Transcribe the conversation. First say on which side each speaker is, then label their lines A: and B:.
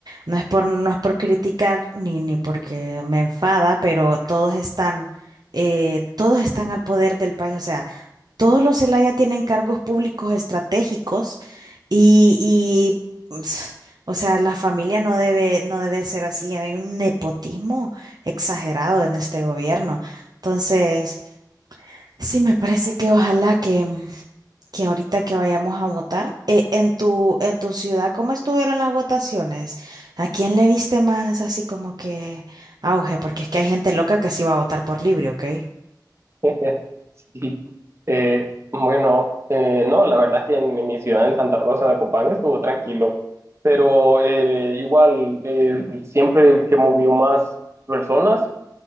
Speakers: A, on the right (about 60°); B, on the right (about 35°).
A: no es por, no es por criticar ni, ni porque me enfada, pero todos están, eh, todos están al poder del país. O sea, todos los Celaya tienen cargos públicos estratégicos y, y ps, o sea, la familia no debe, no debe ser así. Hay un nepotismo exagerado en este gobierno. Entonces, Sí, me parece que ojalá que, que ahorita que vayamos a votar, eh, en tu, en tu ciudad, ¿cómo estuvieron las votaciones? ¿A quién le viste más así como que auge? Porque es que hay gente loca que sí va a votar por libre, ¿ok?
B: <laughs> Sí. Eh, bueno, eh, no, la verdad es que en, en mi ciudad, en Santa Rosa de Copán, estuvo tranquilo, pero eh, igual, eh, siempre el que movió más personas